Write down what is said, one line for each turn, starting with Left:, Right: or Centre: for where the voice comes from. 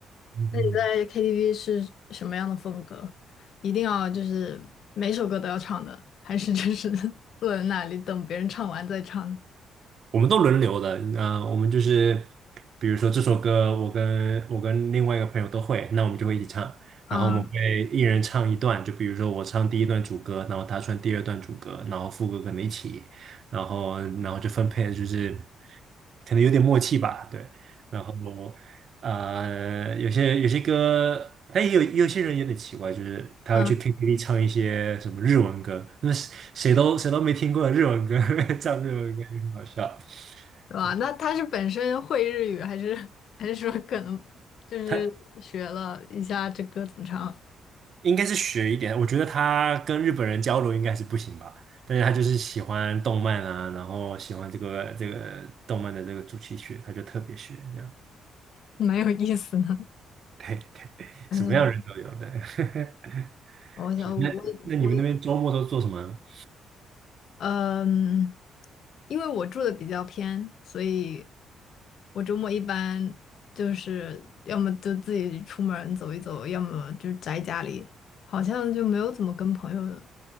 Right: 嗯。
Left: 那你在
Right: 嗯
Left: KTV 是什么样的风格？一定要就是每首歌都要唱的，还是就是 <laughs> 坐在那里等别人唱完再唱
Right: 我们都轮流的，嗯、我们就是比如说这首歌，我跟我跟另外一个朋友都会，那我们就会一起唱，
Left: 嗯
Right: 然后我们会一人唱一段，就比如说我唱第一段主歌，然后他唱第二段主歌，然后副歌可能一起，然后然后就分配，就是可能有点默契吧，对，然后呃，有些有些歌。但也有也有些人有点奇怪，就是他会去
Left: 嗯，
Right: KTV 唱一些什么日文歌，那谁谁都谁都没听过的日文歌，<laughs> 唱日文歌也很好笑。
Left: 是吧？
Right: 对，
Left: 那他是本身会日语，还是还是说可能就是学了一下这歌怎么唱？
Right: 他应该是学一点，我觉得他跟日本人交流应该是不行吧，但是他就是喜欢动漫啊，然后喜欢这个这个动漫的这个主题曲，他就特别学这样。
Left: 蛮有意思的。
Right: <laughs> 对对，
Left: 嗯，
Right: 什么样的人都有，对，<laughs>
Left: 我想我我
Right: 是。那那你们那边周末都做什么？<laughs>
Left: 嗯，因为我住的比较偏，所以我周末一般就是要么就自己出门儿走一走，要么就是宅家里，好像就没有怎么跟朋友